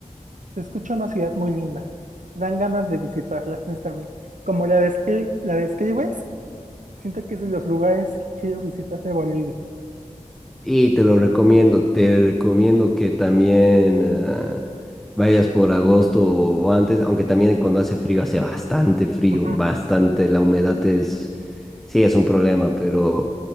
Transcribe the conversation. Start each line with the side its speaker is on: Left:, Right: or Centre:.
Right: Se escucha una ciudad muy linda. Dan ganas de visitarla, <laughs> honestamente. Como la descri- la describes, siento que es de los lugares que quiero visitar de Bolivia.
Centre: Y te lo recomiendo, te recomiendo que también ah, vayas por agosto o antes, aunque también cuando hace frío hace bastante frío,
Right: Ujú.
Centre: bastante, la humedad Sí, es un problema, pero